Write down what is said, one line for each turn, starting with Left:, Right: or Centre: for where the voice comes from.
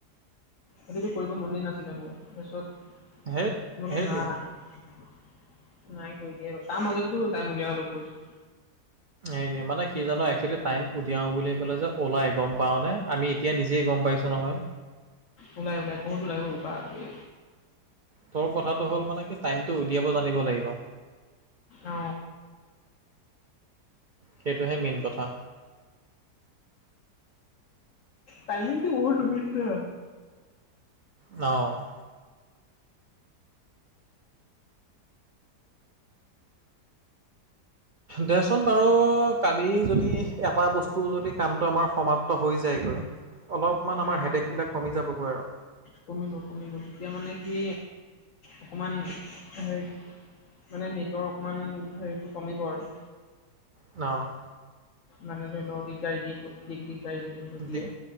Left: আজিতো কৰিব মনে নাছিলে মোৰ, তাৰছত
Right: সেইট
Left: বোলো
Right: সেইটোৱে
Left: না। নাই কৰি দিয়ে, তাৰ মাজতেতো টাইম উলিয়া হলেও কৰিছ
Right: এ মানে কি জানো একচুৱেলি টাইম উতিয়াও বুলি ক'লে যে ওলাই গম পাও নে, আমি এতিয়া নিজেই গম পাইছোঁ নহয়।
Left: ওলাই ওলাই বহুত ওলাই অ, বাপৰে।
Right: ত' কথাটো হ'ল মানে কি টাইমটো উলিয়াব জানিব লাগিব।
Left: অ
Right: সেইটোহে মেইন কথা।
Left: টাইমিংটো <unintelligible>
Right: অ', দেচোন বাৰু, কালি যদি এটা বস্তু যদি কামটো আমাৰ সমাপ্ত হৈ যাইগৈ। অলপমান আমাৰ
Left: অ
Right: হেডয়েকবিলাক কমি যাবগৈ আৰু।
Left: কমিব কমিব তেতিয়া মানে কি, অকমান, হেৰি মানে নেটৰ অকমান, হেৰিটো কমিব আৰু।
Right: অ',
Left: মানে ধৰি লওঁ দিগদাৰী দি গ'ল দিগ-দিগদাৰী দি যোনটো দিয়ে।
Right: দিগ